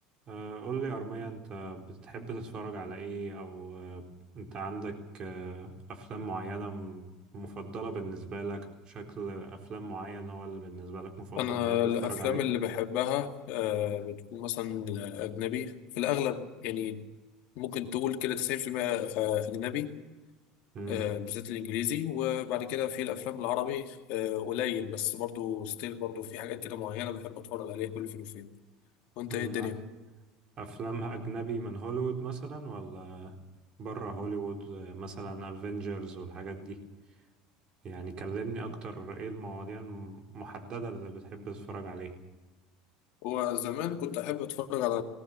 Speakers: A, on the right; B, on the left.
A: آه، قول لي أرمية أنت بتحب تتفرج على إيه أو آه، أنت عندك آه، أفلام معينة م- مفضلة بالنسبة لك أو شكل أفلام معين هو اللي بالنسبة لك مفضل
B: أنا
A: بتحب تتفرج
B: الأفلام
A: عليه؟
B: اللي بحبها آه، بتكون مثلا أجنبي في الأغلب يعني ممكن تقول كده 90% آه، أجنبي
A: مم.
B: آه، بالذات الإنجليزي وبعد كده في الأفلام العربي آه، قليل بس برضو ستيل برضو في حاجات كده معينة بحب أتفرج عليها كل فين وفين وأنت
A: مم.
B: إيه الدنيا؟
A: أف- أفلام أجنبي من هوليوود مثلا ولا برا هوليوود آه، مثلا أفينجرز والحاجات دي يعني كلمني أكتر إيه المواضيع المحددة اللي بتحب تتفرج عليها
B: هو زمان كنت احب اتفرج على